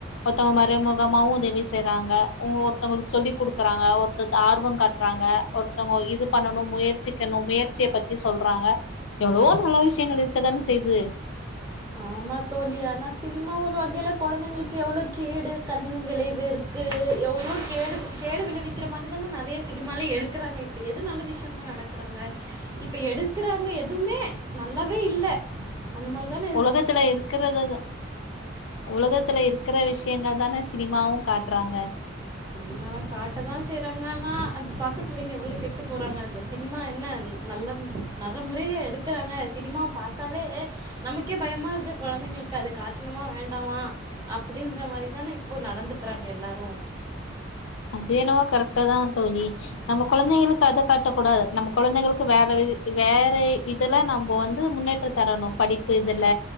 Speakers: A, on the left (about 75°); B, on the right (about 20°).
A: ஒருத்தவுங்க மறைமுகமாவு உதவி செய்றாங்க உங் ஒருத்தவங்களுக்கு சொல்லி குடுக்குறாங்க ஒருத்த த ஆர்வோ காட்றாங்க ஒருத்தவுங்க இது பண்ணணு முயற்சிக்கணு முயற்சிய பத்தி சொல்றாங்க எவ்ளோ நல்ல விஷயங்கள் இருக்கதான செய்யுது
B: ஆமா தோழி ஆனா சினிமா ஒரு வகையில கொழந்தைங்களுக்கு எவ்ளோ கேடு கண் விளைவு இருக் க்கு எவ்ளோ கேடு கேடு விளைவிக்கிற மாரி தான நெறையா சினிமாலேயே எடுக்குறாங்க இப்ப எது நல்ல விஷ்யமா நடக் த்துறாங்க இப்ப எடுக்குறாங்க எதுவுமே நல்லாவே இல்ல அந்த மாரிதான
A: உலகத்துல இருக்குறததா உலகத்துல இருக்குற விஷயங்க தானே சினிமாவு காட்றாங்க
B: சினிமால காட்டதா செய்றாங்க ஆனா அந்த பாத்து பிள்ளைங்க எவ்ளோ கெட்டு போறாங்க அந்த சினிமா என்னன் நல்ல நல்ல முறையிலயா எடுக்குறாங்க சினிமாவ பாத்தாலே நமக்கே பயமா இருக்கு கொழந்தைங்களுக்கு அது காட்டணுமா வேண்டாமா அப்டின்ற மாரிதானே இப்போ நடந்துக்குறாங்க எல்லாரு
A: அது என்னவோ கரெக்ட்டு தா தோழி நம்ம கொழந்தைங்களுக்கு அத காட்டக்கூடாது நம்ம கொழந்தைங்களுக்கு வேற இது வேற இதுல நம்ப வந்து முன்னேற்ற ற தரணு படிப்பு இதுல